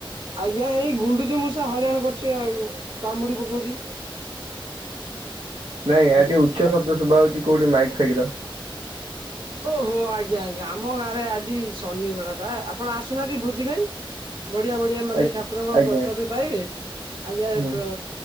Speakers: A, on the right (about 60°); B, on the right (about 75°).
A: ଆଜ୍ଞା ଏଇ ଗୁଣ୍ଡୁଚି ମୂଷା ହଇରାଣ କରୁଛି ଆଉ କାମୁଡି ପକଉଛି।
B: ନାଇଁ ଆ
A: ଆଜ୍ଞା।
B: ଟିକେ ଉଚ୍ଛା ଶବ୍ଦ ଶୁଭା ହଉଛି କୋଉଠି ମାଇକ୍ ଫାଇକର।
A: ଓହୋ ଆଜ୍ଞା ଆଜ୍ଞା ଆମ ଗାଁରେ ଆଜି ଶନି ବେଳା ବା ଆପଣ ଆସୁନାହାନ୍ତି ଭୋଜି ଖାଇ। ବଢ଼ିଆ ବଢ଼ିଆ ମାନେ
B: ଆଜ୍ଞା
A: ଠାକୁରଙ୍କ
B: ଆଜ୍ଞା
A: ପ୍ରସାଦ ପାଇବେ ଆଜ୍ଞା
B: ହୁଁ
A: ପ୍ର